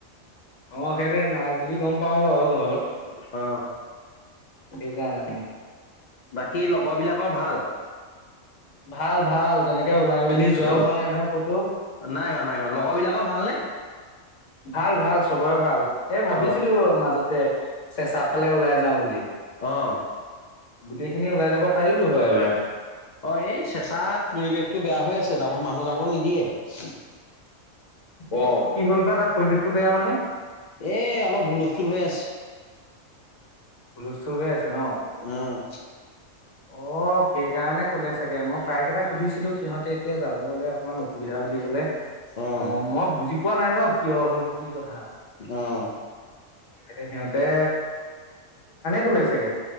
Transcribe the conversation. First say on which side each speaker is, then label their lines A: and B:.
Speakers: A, on the left; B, on the left.
A: অ সেইটোৱে নাই বুলি গম পাও বাও ঘৰত
B: অ
A: শিকাই এনে
B: বাকী লগৰবিলাকৰ ভাল
A: ভাল ভাল তেনেকে ওলাই মেলি
B: হেল্ল'
A: যোৱাও হোৱা নাই নহয় ক'তো
B: নাই হোৱা নাই হোৱা লগৰ বিলাকৰ ভালনে
A: ভাল ভাল চবৰে ভাল এ ভাবিছিলো
B: অ
A: মাজতে চেঁচা ফালে ওলাই যাওঁ বুলি
B: অ
A: গোটেই খিনি ওলাই যাব পাৰি লো হয় এবাৰ
B: অ এই চেঁচাত পৰিৱেশটো বেয়া হৈ আছে যাব মানুহ যাবলৈ নিদিয়ে ওমচ
A: অ কি হ'ল বা তাত পৰিৱেশটো বেয়া মানে
B: এ অলপ হুলস্থুল হৈ আছে
A: হুলস্থুল হৈ আছে ন
B: আহ
A: অ সেইকাৰণে কলে চাগে মই প্ৰাইকেইটা সুধিছিলো সিহঁতে এতিয়া যাবলে অকমান অসুবিধা বুলি কলে
B: আহ
A: ম মই বুজি পোৱা নাই ন কিয় হল কি কথা
B: আহ
A: এতিয়া সিহঁতে ক'লে চাগে